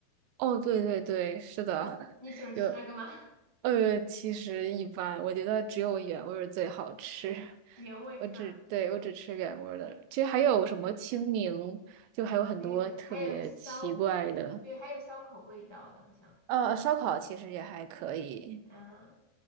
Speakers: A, on the right; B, on the left.
A: 哦，对对对，是的，
B: 你喜欢吃那个吗？
A: 有
B: <laughs>
A: 呃，其实一般，我觉得只有原味儿最好吃。
B: 原味是吧？
A: 我只对我只吃原味儿的，其实还有什么青柠，就还有很多特别奇怪的。
B: 还有还有烧，对，还有烧烤味道的，好像，
A: 呃，烧烤其实也还可以。
B: 嗯，